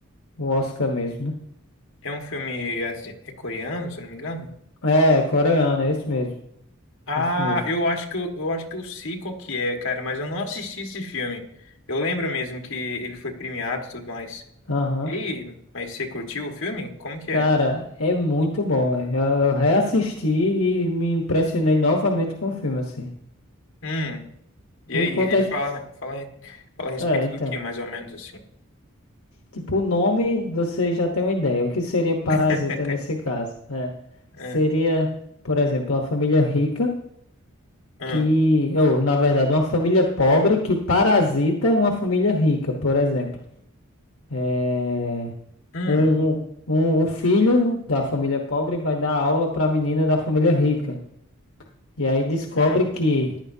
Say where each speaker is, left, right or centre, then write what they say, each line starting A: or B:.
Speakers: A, on the left; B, on the left.
A: o Oscar mesmo, né?
B: É um filme asi- é coreano, se eu não me engano?
A: É, coreano, é isso mesmo.
B: Ah,
A: é Isso mesmo.
B: eu acho que eu, eu acho que eu sei qual que é, cara, mas eu não assisti esse filme. Eu lembro mesmo que ele foi premiado e tudo mais.
A: Aham.
B: E aí, mas você curtiu o filme? Como que é?
A: Cara, é muito bom, velho. Eu eu reassisti e me impressionei novamente com o filme, assim.
B: Hum, e
A: Ele
B: aí,
A: conta.
B: ele
A: a his-
B: fala, fala, fala a respeito
A: É, então.
B: do que, mais ou menos assim?
A: Tipo, o nome você já tem uma ideia. O que seria parasita
B: <laughs>
A: nesse caso? É.
B: Hum,
A: Seria, por exemplo, uma família rica
B: hum,
A: que. Ou, na verdade, uma família pobre que parasita uma família rica, por exemplo. É,
B: hum,
A: Um, um, um, o filho da família pobre vai dar aula para a menina da família rica. E aí descobre
B: hum,
A: que